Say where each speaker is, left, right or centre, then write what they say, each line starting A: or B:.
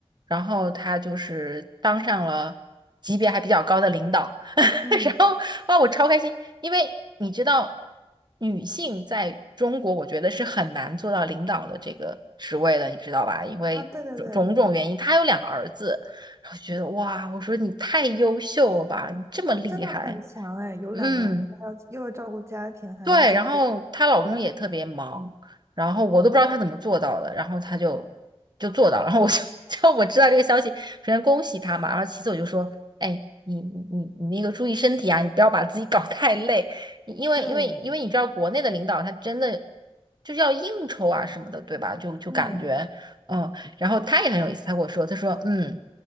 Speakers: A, on the right; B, on the right.
A: 然后他就是当上了级别还比较高的领导，<laughs>
B: 嗯，
A: 然后哇，我超开心，因为你知道，女性在中国我觉得是很难做到领导的这个职位的，你知道吧？因为种种种原因，
B: 啊，对对对，
A: 他有两个儿子，然后觉得哇，我说你太优秀了吧，你这么厉害，
B: 那真的很强哎，有两个儿还要又要照顾家庭，
A: 嗯。
B: 还能兼顾
A: 对，然后她老公也特别忙，
B: 事业。
A: 然后我都不知道她怎么做到的，然后她就就做到了，<laughs> 然后我就 <laughs> 就我知道这个消息，首先恭喜她嘛，然后其次我就说，哎，你你你你那个注意身体啊，你不要把自己搞 <laughs> 太累，你因为因为因为你知道国内的领导他真的
B: 对，
A: 就是要应酬啊什么的，对吧？就就感觉嗯，
B: 嗯。
A: 然后他也很有意思，他跟我说，他说嗯，